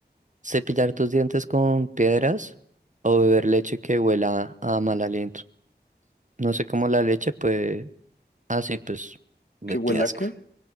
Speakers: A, on the right (about 45°); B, on the left (about 65°).
A: Cepillar tus dientes con piedras o beber leche que huela a mal aliento. No sé cómo la leche, pues. Ah, sí, pues. Uy,
B: ¿Qué huela
A: qué asco.
B: a qué?